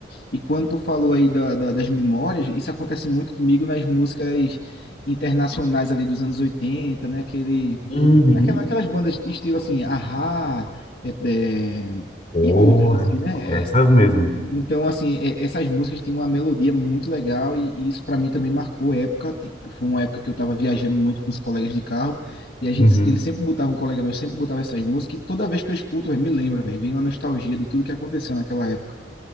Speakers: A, on the left (about 55°); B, on the left (about 30°).
A: E quando tu falou aí da, da- das memórias, isso acontece muito comigo nas músicas internacionais ali dos anos oitenta né? Aquele
B: Uhum.
A: Aquela, aquelas bandas estilo assim, Ahá, é, é,
B: Oh,
A: e outras, assim,
B: é.
A: né?
B: Essas
A: É,
B: mesmo.
A: Então, assim, é- essas músicas tinham uma melodia muito legal e, e isso para mim também marcou época. Ti- Foi uma época que eu tava viajando muito com os colegas de carro e a gente,
B: Uhum.
A: ele sempre botava, um colega meu sempre botava essas músicas e toda vez que eu escuto, véi, me lembra, velho, vem uma nostalgia de tudo que aconteceu naquela época.